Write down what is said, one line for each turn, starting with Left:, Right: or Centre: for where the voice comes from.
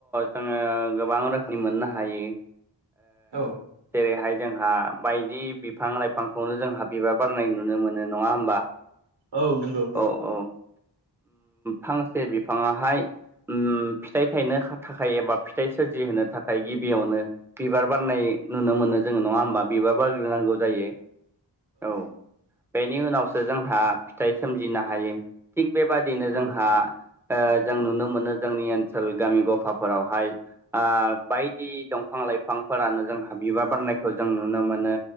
Centre: जोङो गोबां रोखोमनि मोननो हायो
Right: औ
Centre: जेरैहाय जोंहा बायदि बिफां लाइफांखौनो जोंहा बिबार बारनाय नुनो मोनो नङा होमबा
Right: औ नंगौ
Centre: औ-औ फांसे बिफाङाहाय फिथाइ थायनो खा थाखाय एबा फिथाइ सोरजिहोनो थाखाय गिबियावनो बिबार बारनाय नुनो मोनो जोङो नङा होमबा बिबार बारग्रोनांगौ जायो औ बेनि उनावसो जोंहा फिथाइ सोमजिनो हायो थिग बेबादिनो
Right: औ
Centre: जोंहा जों नुनो मोनो जोंनि ओनसोल गामि गफाफोरावहाय ओ बायदि दंफां लाइफां फोरानो जों हा बिबार बारनायखौ जों नुनो मोनो